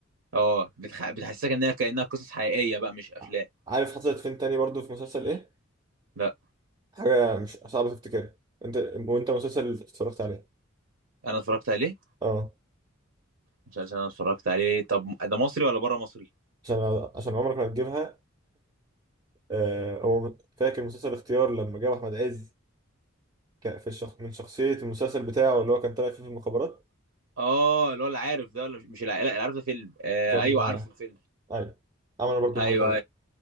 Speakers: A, on the right; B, on the right.
A: اه بتح... بتحسسك انها كانها قصص حقيقيه بقى مش افلام
B: ع- عارف حصلت فين تاني برضو في مسلسل ايه
A: لا
B: حاجة مش صعبة تفتكرها انت وانت مسلسل اتفرجت عليه
A: انا اتفرجت عليه
B: اه
A: مش عارف انا اتفرجت عليه طب ده مصري ولا بره مصري
B: عشان عشان عمرك ما هتجيبها آه هو فاكر مسلسل اختيار لما جاب احمد عز ك- في الشخ... من شخصية المسلسل بتاعه اللي هو كان طالع فيه في المخابرات
A: اه اللي هو العارف ده ولا مش مش الع... لا العارف ده فيلم آه
B: كان
A: ايوه
B: آه
A: عارفه الفيلم
B: ايوه عمل برضو
A: ايوه
B: الحركة دي
A: أيوة.